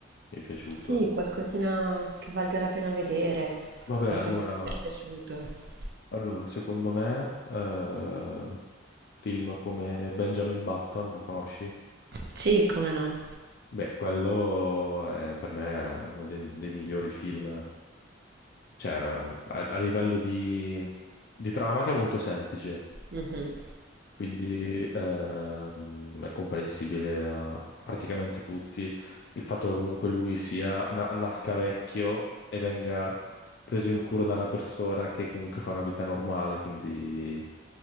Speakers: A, on the left; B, on the right.
A: mi è piaciuto.
B: Sì, qualcosina che valga la pena vedere,
A: Vabbè,
B: qualcosa
A: allora,
B: che ti è piaciuto.
A: allora, secondo me, eh, film come Benjamin Button, lo conosci?
B: Sì, come no.
A: Beh, quello è per me è uno dei, dei migliori film, cioè ehm, a, a livello di, di trama che è molto semplice,
B: Mhm.
A: quindi ehm, è comprensibile a, a praticamente tutti. Il fatto che comunque lui sia, na- nasca vecchio e venga preso in cura da una persona che comunque fa una vita normale, quindi